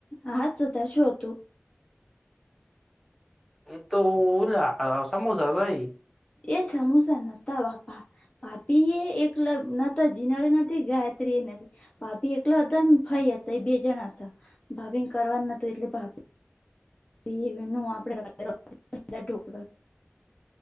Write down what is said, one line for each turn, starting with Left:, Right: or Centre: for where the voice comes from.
Left: હા તો તાર શું હતું?
Centre: એ તો ઉલા સમોસાભઈ.
Left: એ સમોસા નતા બાપા. બાપી એ એકલ નતા, જીનળે નથી ગાયત્રી એ નથી. ભાભી એકલાં હતાં ને ભાઈ હતાં એ બે જણા હતા ભાભીને કરવાનું નતું એટલે ભા ઈ એમનું આપડે રાતે <inaudible>